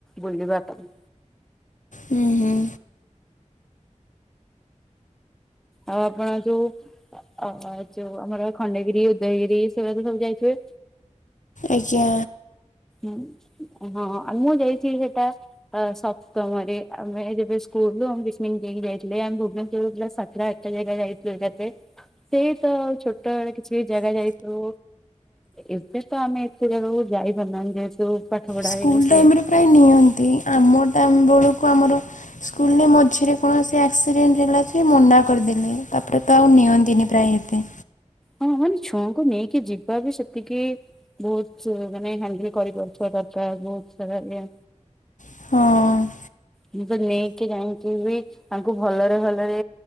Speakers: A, in the centre; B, on the left.
A: ବୁଲିବା ପାଇଁ।
B: ହୁଁ ହୁଁ।
A: ଆଉ ଆପଣ ଯୋଉ ଆ ଯୋଉ ଆମର ଖଣ୍ଡଗିରି, ଉଦୟଗିରି ସେଗୁରା ତ ସବୁ ଯାଇଥିବେ?
B: ଆଜ୍ଞା।
A: ହୁଁ ହଁ, ଆଉ ମୁଁ ଯାଇଥିଲି ସେଟା ଅ ସପ୍ତମ ରେ ଆମେ ଯେବେ ସ୍କୁଲରୁୁ ଆମ ପିକନିକ ନେଇଁକି ଯାଇଥିଲେ, ଆମ ଭୁବନେଶ୍ଵରରୁ ସାତଟା ଯାଏ ଜାଗା ଯାଇଥିଲୁ ଏକାଥରେ, ସେଇ ତ ଛୋଟ ବେଳେ କିଛି ଜାଗା ଯାଇଥିଲୁ। ଏବେ ତ ଆମେ ଏତେ ଜାଗାକୁ ଯାଇପାରୁ ନାହୁଁ ଯେହେତୁ ପାଠ ପଢା
B: ସ୍କୁଲ
A: ଇଏ ସିଏ।
B: ଟାଇମରେ ପ୍ରାୟ ନିଅନ୍ତି, ଆମ ଟାଇମ ବଳୁକୁ ଆମର ସ୍କୁଲରେ ମଝିରେ କଣ ସେ ଆକ୍ସିଡେଣ୍ଟ ହେଲା ଯେ ମନା କରିଦେଲେ, ତାପରେ ତ ଆଉ ନିଅନ୍ତି ନି ପ୍ରାୟ ଏବେ।
A: ହଁ ମାନେ ଛୁଆଙ୍କୁ ନେଇକି ଯିବା ବି ସେତିକି ବହୁତ ମାନେ ହ୍ୟାଣ୍ଡେଲ କରିପାରୁଥିବା ଦରକାର, ବହୁତ ସାରା ଇଏ
B: ହଁ।
A: ମୁଁ ତ ନେଇଁକି ଯାଇଁକି ବି ତାଙ୍କୁ ଭଲରେ, ଭଲରେ